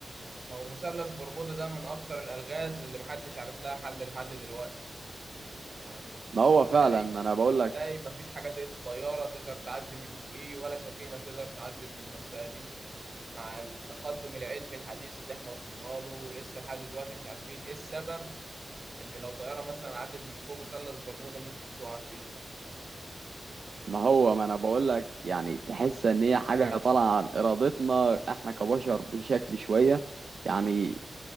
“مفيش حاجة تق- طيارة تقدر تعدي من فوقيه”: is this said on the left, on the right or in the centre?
Right